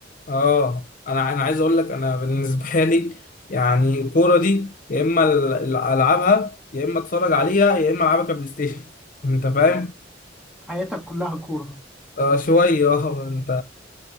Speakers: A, on the left; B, in the centre.
A: آه أنا أنا عايز أقول لك أنا بالنسبة لي يعني الكورة دي يا إما ال- ال- ألعبها يا إما أتفرج عليها يا إما ألعبها كبلاي ستيشن <laughs> أنت فاهم؟
B: اه حياتك كلها كوره
A: آه شوية أه أنت